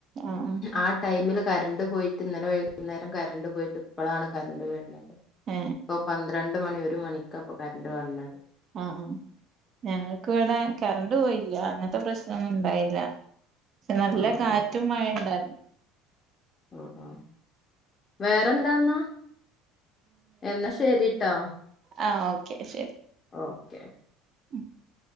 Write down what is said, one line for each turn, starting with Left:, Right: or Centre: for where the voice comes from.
Right: ആഹ്
Left: ആ ടൈമില് കറണ്ട് പോയിട്ട് ഇന്നലെ വൈകുന്നേരം കറണ്ട് പോയിട്ട് പ്പളാണ് കറണ്ട് വര്ണത്.
Right: ഏ.
Left: പ്പോ പന്ത്രണ്ട് മണി, ഒരു മണിക്കാപ്പോ കറണ്ട് വന്നത്.
Right: ആ, ആ. ഞങ്ങൾക്ക് ഇവിടെ കറണ്ട് പോയില്ല. അങ്ങൻത്തെ പ്രശ്നൊന്നും ഉണ്ടായില്ല. പക്ഷേ നല്ല
Left: ഓ
Right: കാറ്റും
Left: ഓ
Right: മഴയുംണ്ടായിരുന്നു.
Left: ഓ, ഓ, വേറെന്താന്നാ എന്നാ ശരിട്ടോ.
Right: ആ, ഓക്കെ ശരി.
Left: ഓക്കെ.
Right: ഉം <inaudible>